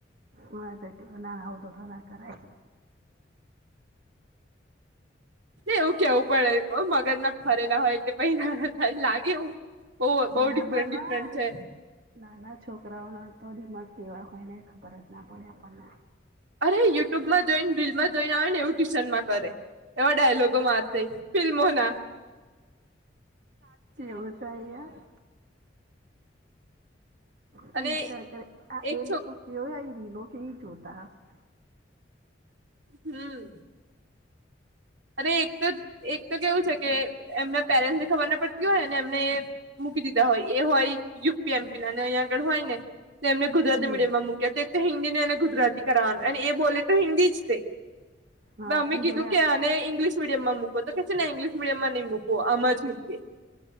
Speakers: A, on the right; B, on the right.
A: માર બેટી નો ના આવું તો ઘણા કરાઈ
B: એવું કેવું પડે તો મગજ ના ફરેલા હોય એલે પઇ લાગે એવુ બહ
A: ના
B: બહુ ડિફરન્ટ
A: બાપા
B: ડિફરન્ટ છે.
A: નાના છોકરાઓના તો ડીમાગ કેવા હોય ને ખબર જ ના પડે આપણ ને
B: અરે યુટ્યુબમાં જોઈન રીલમાં જોઈન આવે ને એવું ટ્યુશનમાં કરે એ ડાયલોગો મારશે ફિલ્મો ના
A: એવું થાય હે પણ
B: અને
A: વિચાર કરે આ
B: એક
A: એ
B: છોક
A: લોકો કેવી આ રીલો કેવી જોતા હશે.
B: હમ્મ અને એક
A: હશે
B: તો એક તો કેવું છે કે એમના પેરેન્ટસ ને ખબર ના પડતી હોય ને એમને એ મૂકી દીધા હોય એ હોય યુ. પી એમ. પી ને અહીં આગળ હોય ને તો એમને ગુજરાતી
A: હમ
B: મિડિયમ મૂક્યા તો એક તો હિન્દી ને એને ગુજરાતી કરાવવાનું અને એ બોલે તો હિન્દી જ તે
A: હા
B: તો અમે
A: એ
B: કીધું
A: જોયા
B: કે આને ઈંગ્લિશ મિડીયમમાં મૂકો તો કે છે ને ઇંગ્લિશ મીડયમ નઈ મૂકો આમ જ મૂકીએ